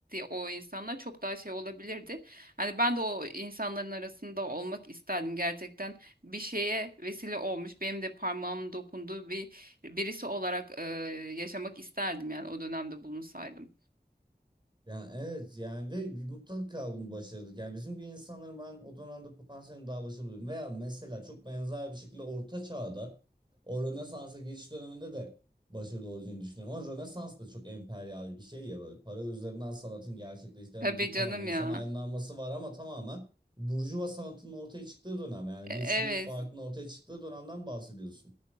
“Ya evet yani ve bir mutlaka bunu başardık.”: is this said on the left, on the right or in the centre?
Right